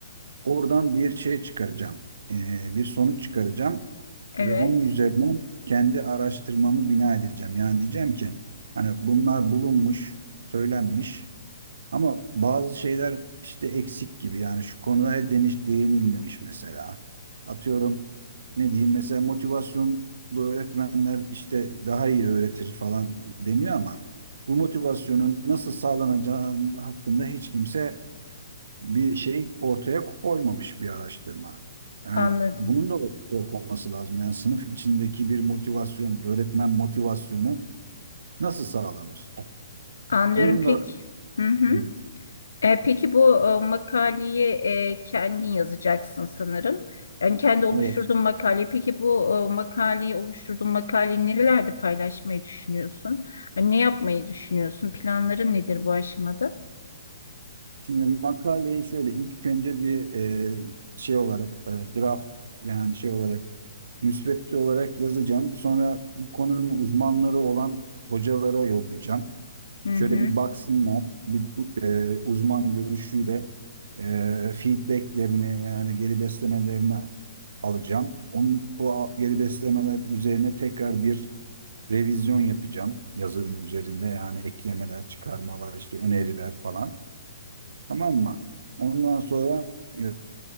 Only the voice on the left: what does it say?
Evet,
anladım.
Anlıyorum
peki.
Hı hı.
E, peki bu e, makaleyi e, kendin yazacaksın sanırım. Yani kendi oluşturduğun
makale. Peki bu e, makaleyi oluşturduğun makaleyi nerelerde paylaşmayı düşünüyorsun? Hani ne yapmayı düşünüyorsun? Planların nedir bu aşamada?
Hı
hı.